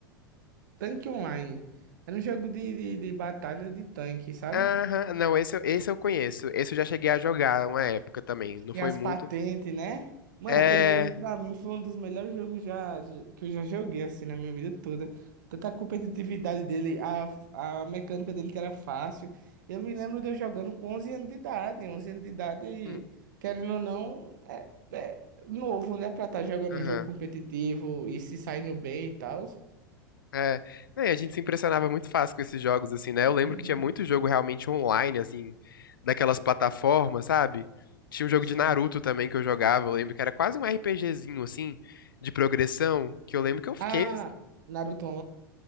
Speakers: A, on the right (about 60°); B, on the left (about 75°).
A: tanque online. Era um jogo de, de, de batalha de tanque, sabe?
B: Aham, não, esse, eu- esse eu conheço. Esse eu já cheguei a jogar uma época também. Não
A: Tinha
B: foi
A: as
B: muito.
A: patentes, né? Mano,
B: É.
A: aquele jogo pra mim foi um dos melhores jogos já, que eu já joguei, assim, na minha vida toda. Tanta competitividade dele, a, a mecânica dele que era fácil. Eu me lembro de eu jogando com 11 anos de idade. 11 anos de idade,
B: hum,
A: querendo ou não, é, é novo, né? Pra estar jogando
B: Aham.
A: um jogo competitivo e se saindo bem e tal.
B: É. Não, e a gente se impressionava muito fácil com esses jogos, assim, né? Eu lembro
A: Uhum.
B: que tinha muito jogo realmente online, assim, daquelas plataformas, sabe? Tinha um jogo
A: Sim.
B: de Naruto também que eu jogava, eu lembro que era quase um RPGzinho, assim, de progressão, que eu lembro que eu fiquei,
A: Ah,
B: assim.
A: Naruto